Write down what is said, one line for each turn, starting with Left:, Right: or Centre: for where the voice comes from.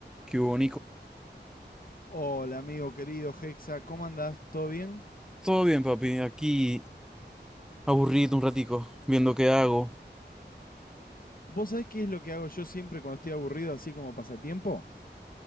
Centre: ¿Qué hubo,
Left: Hola, amigo querido Hexa, ¿cómo andás? ¿Todo bien?
Centre: Todo bien, papi. Aquí aburrido un ratico, viendo qué hago.
Left: ¿Vos sabés qué es lo que hago yo siempre cuando estoy aburrido, así como pasatiempo?